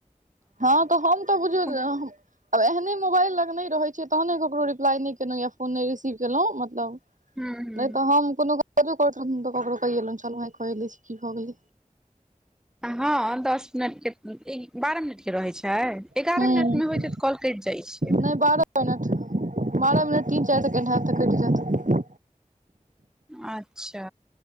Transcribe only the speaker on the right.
ह तऽ हम तऽ बुझौ
आब एहने मोबाइल लग नै रहै छै, तहने केकरो रिप्लाइ नै केलउ, या फोन नै रिसीव केलउ मतलब।
नै तऽ हम कोनो काजो करैत रहलहु तऽ ककरो कये छेलौहे कए लै छि, की भऽ गेलै।
हूँ
नहि बारह मिनट, बारह मिनट तीन चैयर सेकेंड हेत त कैट जेत।